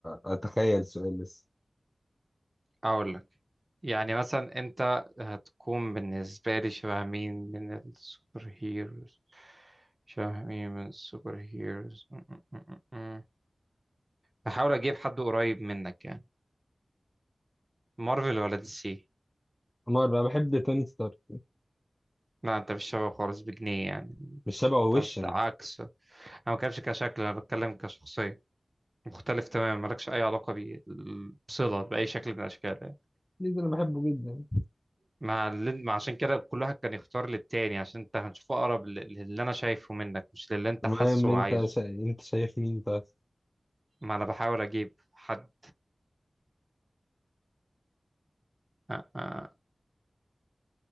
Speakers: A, on the left (about 15°); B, on the right (about 35°).
A: اتخيل سؤال لسه
B: اقول لك يعني مثلا انت هتكون بالنسبه لي شبه مين من السوبر هيروز شبه مين من السوبر هيروز <laughs> بحاول اجيب حد قريب منك يعني مارفل ولا دي سي
A: نور بقى بحب توني ستارك
B: لا انت مش شبه خالص بجنيه يعني
A: مش شبهه وشا
B: انت عكس انا ما بتكلمش كشكل انا بتكلم كشخصيه مختلف تماما مالكش اي علاقه بي- بصله باي شكل من الاشكال يعني
A: ليه ده انا بحبه جدا
B: مع اللي... مع عشان كده كل واحد كان يختار للتاني عشان انت هتشوفه اقرب لل- للي انا شايفه منك مش للي انت
A: المهم
B: حاسه
A: انت
B: وعايزه
A: شا... انت شايف مين طيب
B: ما انا بحاول اجيب حد آه، آه.